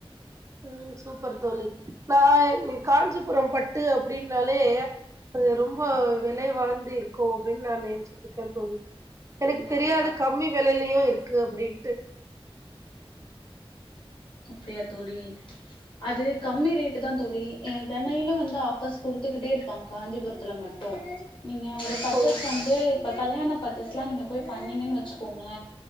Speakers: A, on the right; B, on the left.
A: உனம் சூப்பர் தோலி நா ங் காஞ்சிபுரம் பட்டு அப்டின்னாலே அது ரொம்ப வெலை வாய்ந்து ருக்கோ அப்டின்னு நா நென்ச்சிட்ருக்கே தோழி எனக்கு
B: இல்ல
A: தெரியாது
B: தோழி.
A: கம்மி வெலலையு இருக்கு அப்டின்ட்டு
B: அப்டியா தோழி அது கம்மி ரேட்டு தா தோழி ஏ தெனையிலு வந்து ஆஃபர்ஸ் குடுத்துக்கிட்டே இருப்பாங்க காஞ்சிபுரத்துல மட்டு நீங்க ஒரு பர்ச்சேஸ்
A: ஓ
B: வந்து ப்ப கல்யாணப் பத் <unintelligible> லா நீங்க போய் பண்ணீங்கன்னு வச்சிக்கோங்ள